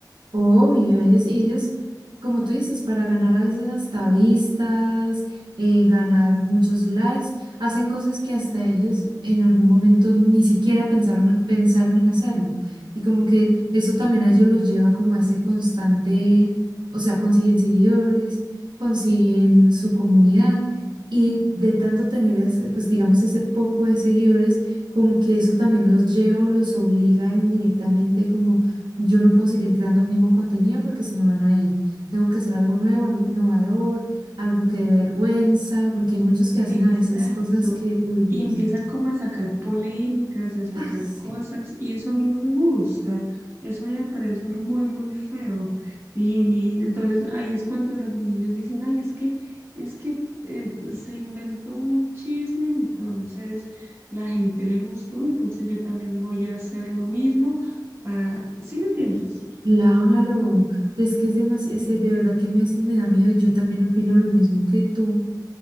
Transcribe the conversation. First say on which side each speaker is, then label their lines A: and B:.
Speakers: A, on the right; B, on the right.
A: Obvio, ellos y ellos, como tú dices, para ganar a veces hasta vistas, eh, ganar muchos likes, hacen cosas que hasta ellos en algún momento ni siquiera pensaron, pensaron en hacerlo. Y como que eso también a ellos los lleva como a ese constante, o sea, consiguen seguidores, consiguen su comunidad. Y de tanto tener, ese, pues digamos, ese poco de seguidores, como que eso también los lleva o los obliga indirectamente como yo no puedo seguir creando el mismo contenido porque se me van a ir. Tengo que hacer algo nuevo, algo innovador, algo que dé vergüenza, porque hay muchos que hacen
B: Exacto.
A: a veces cosas que, uy, Dios.
B: Y empiezan como a sacar polémicas y a sacar
A: <laughs> Ay, sí.
B: cosas y eso a mí no me gusta. Eso a mí me parece muy, muy feo. Y entonces ahí es cuando los niños dicen, ay, es que, es que eh, se inventó un chisme, entonces la gente le gustó, entonces yo también voy a hacer lo mismo para, ¿sí me entiendes?
A: Claro, es que es demasiado, de verdad que a veces me da miedo y yo también opino lo mismo que tú,